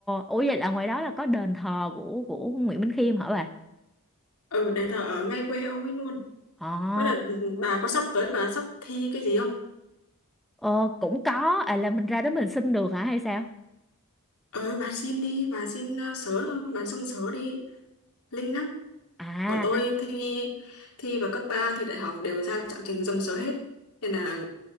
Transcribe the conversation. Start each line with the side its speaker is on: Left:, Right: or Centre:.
Centre: ủa vậy là ngoài đó là có đền thờ của của Nguyễn Minh Khiêm hả bà?
Left: ừ đền thờ ở ngay quê ông ấy luôn
Centre: Ờ,
Left: có đợt ừ, bà có sắp tới bà sắp thi cái gì không
Centre: ờ cũng có, à là mình ra đó mình xin được hả hay sao?
Left: ừ bà xin đi bà xin uh, sớ bà xong sớ đi linh lắm
Centre: À.
Left: bọn tôi thi thi vào cấp 3 thì đại học đều ra trạng trình dân số hết nên là